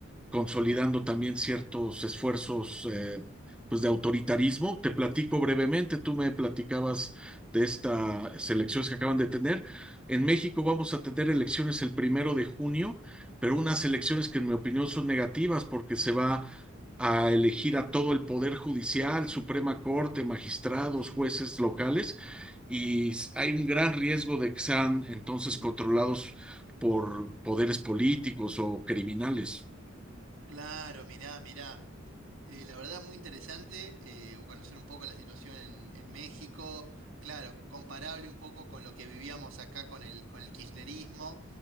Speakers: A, in the centre; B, on the right.
A: consolidando también ciertos esfuerzos eh, pues de autoritarismo. Te platico brevemente, tú me platicabas de estas elecciones que acaban de tener. En México vamos a tener elecciones el primero de junio, pero unas elecciones que en mi opinión son negativas porque se va a elegir a todo el Poder Judicial, Suprema Corte, magistrados,
B: mm,
A: jueces locales, y hay un gran riesgo de que sean entonces controlados por poderes políticos o criminales.
B: claro, mirá, mirá. Eh, la verdad, muy interesante eh, conocer un poco la situación en, en México, claro, comparable un poco con lo que vivíamos acá con el, con el kirchnerismo.